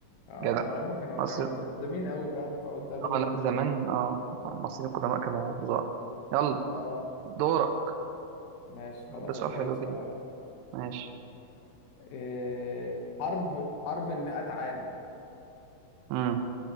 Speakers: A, on the left; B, on the right.
A: اه
B: جدع
A: هم كانوا
B: مصر
A: كانوا متقدمين قوي فاهم فقلت اكيد
B: اه
A: هم
B: لا
A: دول
B: زمان اه المصريين القدماء كانوا فظاع يلا
A: اه
B: دورك
A: ماشي خلاص
B: ده سؤال
A: اسألك
B: حلو
A: سؤال
B: كده ماشي
A: إيه، حرب حرب المئة عام
B: امم